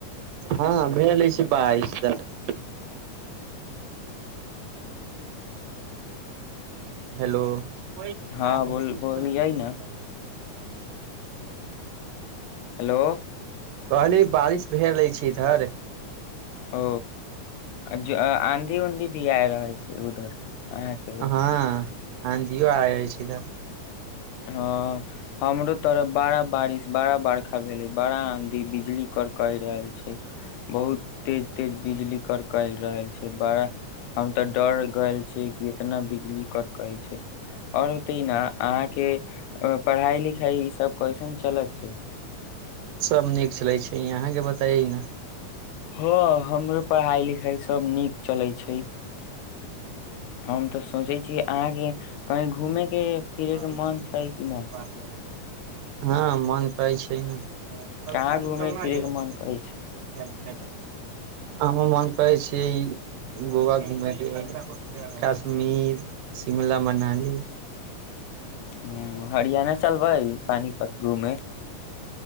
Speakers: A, on the right (about 85°); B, on the left (about 80°).
A: हँ भेल अछि बारिश त हेलो <unintelligible>
B: हँ बोल बोलियै ने हेलो
A: कहली बारिश भेल अछि ईधर
B: ओ आँधी ऊँधी भी आ रहल छै ए उधर अहाँके उधर
A: हँ आँधियो आबै छैय इधर
B: हँ हमरो तरफ बाड़ा बारिश बाड़ा बरखा भेलै बड़ा आँधी बिजली करकै रहै छैय बहुत तेज तेज बिजली कर कै रहै छैय बड़ा हम तऽ डर गयल छियै कि एतना बिजली करकै छैय आओर बताई न आठ के पढ़ाई लिखाई ई सब कइसन चलत छैय
A: सब नीक चलै छैय यहाँके बताइयै न <inaudible>
B: ह हमरो पढ़ाइ लिखाइ सब नीक चलै छैय। हम तऽ सोचै छी अहाँके कहीं घूमे के फिरे
A: <unintelligible>
B: के मन छै कि न
A: हँ मन करै छैय न <unintelligible>
B: कहाँ घूमे फिरे के मन करै छै
A: हम मोन करै छियै गोवा घुमयके काश्मीर शिमला मनाली
B: ह हरियाणा चलबै पानीपत घूमे